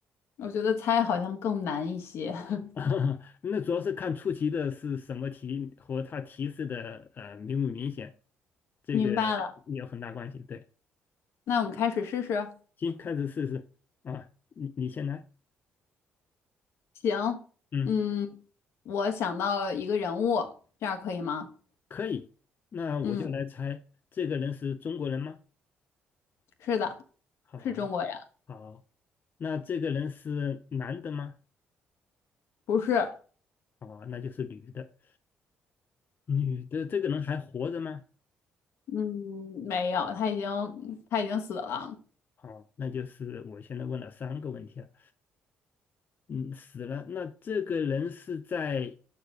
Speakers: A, on the left; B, on the left.
A: 我觉得猜好像更难一些。<laughs>
B: <laughs> 那主要是看出题的是什么题和它提示的呃明不明显，这个
A: 明白了，
B: 有很大关系。对，
A: 那我们开始试试。
B: 行，开始试试啊，你你先来，
A: 行，
B: 嗯，
A: 嗯，我想到了一个人物，这样可以吗？
B: 可以，那我就来猜这个人是中国人吗？
A: 嗯，是的，
B: 好。
A: 是中国人，
B: 好，那这个人是男的吗？
A: 不是，
B: 哦，那就是女的。女的这个人还活着吗？
A: 嗯，没有，他已经他已经死了，
B: 哦，那就是我现在问了三个问题了。嗯，死了。那这个人是在